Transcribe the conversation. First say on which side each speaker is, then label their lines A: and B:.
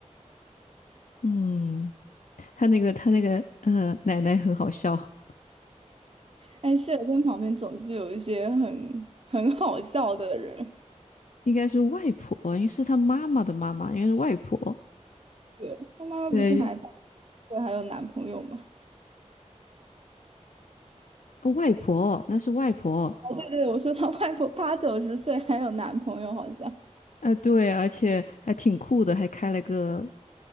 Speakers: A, on the left (about 85°); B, on the right (about 50°).
A: 嗯，他那个他那个呃奶奶很好笑，
B: 哎，谢尔顿旁边总是有一些很很好笑的人，
A: 应该是外婆，应该是他妈妈的妈妈，应该是外婆，
B: 对，他妈妈不是还八十岁还有男朋友吗？
A: 对，哦外婆那是外婆，
B: 哦，对对，我说他外婆八九十岁还有男朋友，好像，
A: 啊、对，而且还挺酷的，还开了个